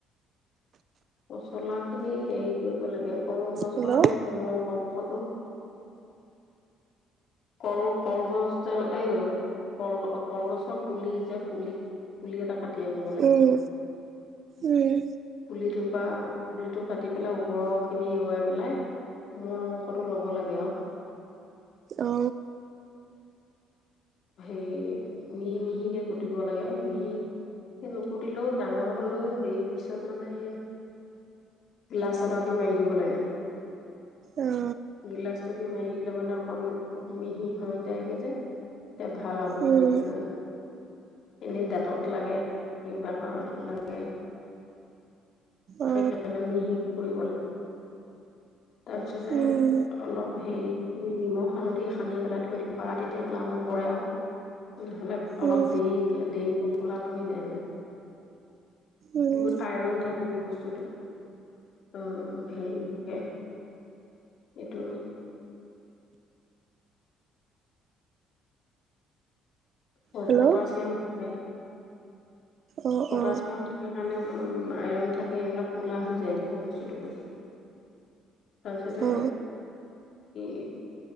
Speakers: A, on the left; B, on the right.
A: পচলা খিনি হেৰি কৰিব লাগে কল গছৰ
B: হেল্ল'
A: সেই কোমল অংশটো কল কলগছ ডাল এই কল কলগছৰ পুলি যে পুলি পুলি এটা কাটি কাতি আনিব লাগে
B: উম উম
A: পুলিটো পুলিটো কাটি পেলাই ওপৰৰ খিনি এৰুৱাই পেলাই কোমল অংশটো ল'ব লাগে আৱ
B: অ
A: হেৰি মিহি মিহিকে কুটিব লাগে মিহি কে নুকুটিলেও ডাঙৰ হলো হেই পিছত মানে এয়া গ্লাছত আদি মাৰি দিব লাগে
B: অ
A: গিলাছটোদি মাই ল লা মানে অকন খুব মিহি হৈ যায়গে যে তে ভাল আৰু ভাজিবলৈ
B: উম
A: এনেই দাঁতত লাগে কিবাহত লাগে
B: অ
A: সেইকাৰণে মিহি কৰিব লাগে। তাৰপিছতে
B: উম
A: অলপ হেৰি নিমখ হালধি সানি পেলাই থৈ দিব পাৰা তেতিয়া ক'লা নপৰে আৱ নহ'লে অলপ
B: উম
A: দেৰি দেৰি হ'লে কোলা পৰি যায় মানে
B: উম
A: বহুত আইৰন থাকে যে বস্তু চৌধয ফুট উম হেৰি থাকে এইটো পট
B: হেল্ল'
A: পটাছিয়াম থাকে।
B: অ
A: পটাছিয়াম
B: অ
A: থাকে কাৰণে উম আইৰণ থাকে এইবিলাক ক'লা হৈ যায় বস্তুটো তাৰপিছতে ই
B: অ